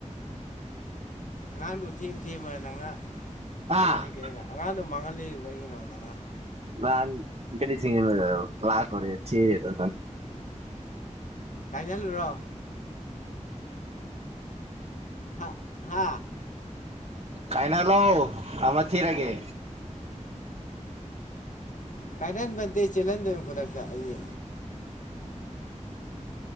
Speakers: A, on the left; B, on the right.
A: ꯑꯉꯥꯡꯗꯨꯣ ꯊꯦꯝ ꯊꯦꯝꯃꯦ ꯅꯪꯅ
B: ꯑꯥ
A: ꯈꯜꯂꯤꯁꯤ ꯀꯩꯅꯒꯤꯅꯣ ꯑꯉꯥꯡꯗꯣ ꯃꯥꯡꯍꯟꯜꯂꯤꯗꯨ ꯀꯔꯤꯒꯤꯅꯣꯣ ꯃꯉꯥ
B: ꯂ ꯄꯦꯂꯤ ꯊ ꯂꯥꯛꯀꯔꯦ ꯊꯦ
A: ꯀꯥꯏꯅꯦꯜꯨꯔꯣ ꯍꯥ ꯍꯥ
B: ꯀꯥꯏꯅ ꯂꯣ ꯑꯃ ꯊꯤꯔꯒꯦ
A: ꯀꯥꯏ ꯅ ꯃ ꯆꯦꯂꯟꯗ ꯈꯨꯗꯥ ꯀꯥꯛꯦ